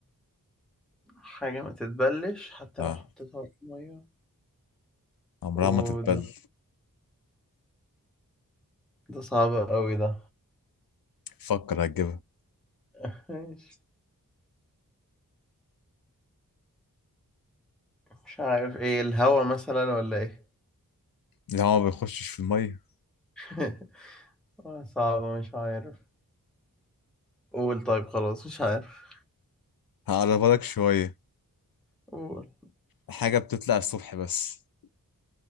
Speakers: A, in the centre; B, on the left.
A: حاجة ما تتبلش حتى
B: اه
A: لو حطيتها في المية
B: عمرها
A: وده
B: ما تتبل
A: ده صعب قوي ده
B: فكر هتجيبها
A: <laughs> مش مش عارف ايه الهوا مثلا ولا ايه
B: لا هو ما بيخشش في الميه
A: <laughs> آه، صعبة مش عارف قول طيب خلاص مش عارف
B: هقربها لك شويه
A: قول
B: حاجه بتطلع الصبح بس